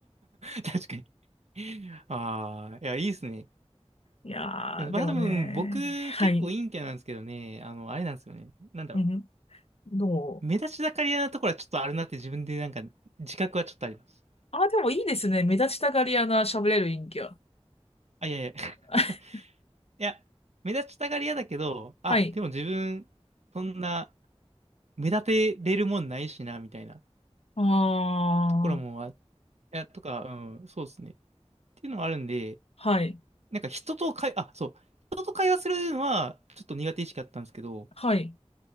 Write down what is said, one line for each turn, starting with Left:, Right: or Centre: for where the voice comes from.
Right: 確かに。ああ、いや、いいですね。
Left: いやー、
Right: でも、まあ、
Left: でもね。
Right: 多分、僕、
Left: はい。
Right: 結構陰キャなんですけどね、あの、あれなんですよね。なんだろ
Left: うん。どう
Right: う。目立ちたがり屋なところはちょっとあるなって自分でなんか、自覚はちょっとあります。
Left: あ、でもいいですね。目立ちたがり屋な喋れる陰キャ。
Right: あ、いやいや。<laughs>
Left: <laughs>
Right: いや、目立ちたがり屋だけど、あ、
Left: はい。
Right: でも自分、そんな、目立てれるもんないしな、みたいな
Left: ああ、
Right: ところもあ、いや、とか、うん、そうですね。っていうのもあるんで、
Left: はい。
Right: なんか人と会、あ、そう、人と会話するのはちょっと苦手意識あったんですけど、
Left: はい。